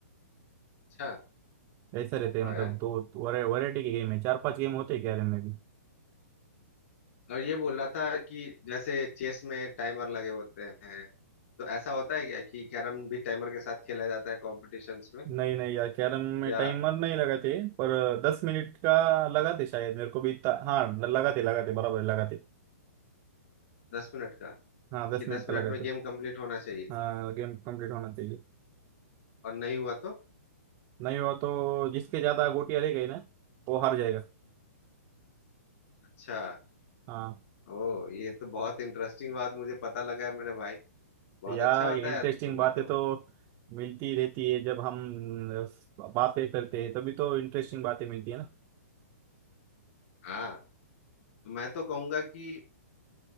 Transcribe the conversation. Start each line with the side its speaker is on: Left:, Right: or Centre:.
Left: अच्छा
Right: ऐसा रहते
Left: वाह
Right: हैं मतलब
Left: यार
Right: दो वैरायटी के गेम है चार पांच गेम होते हैं कैरम में भी
Left: और ये बोल रहा था कि जैसे चेस में टाइमर लगे होते हैं तो ऐसा होता है क्या कि कैरम भी टाइमर के साथ खेला जाता है कॉम्पिटिशन्स में
Right: नहीं नहीं यार कैरम
Left: या
Right: में टाइमर नहीं लगाते पर दस मिनट का लगाते शायद मेरे को भी इतना- हाँ लगाते लगाते बराबर लगाते
Left: दस मिनट का
Right: हाँ दस
Left: कि
Right: मिनट
Left: दस
Right: का
Left: मिनट
Right: लगाते
Left: में गेम कंप्लीट होना चाहिए
Right: हाँ गेम कंप्लीट होना चाहिए
Left: और नहीं हुआ तो
Right: नहीं हुआ तो जिसके ज्यादा गोटियां रह गई ना वो हार जाएगा
Left: अच्छा
Right: हाँ
Left: ओ ये तो बहुत इंटरेस्टिंग बात मुझे पता लगा है मेरे भाई बहुत
Right: यार
Left: अच्छा बताया
Right: इंटरेस्टिंग
Left: तुमने
Right: बातें
Left: तो
Right: तो मिलती रहती है जब हम अ, बातें करते हैं तभी तो इंटरेस्टिंग बातें मिलती है ना
Left: हाँ तो मैं तो कहूंगा कि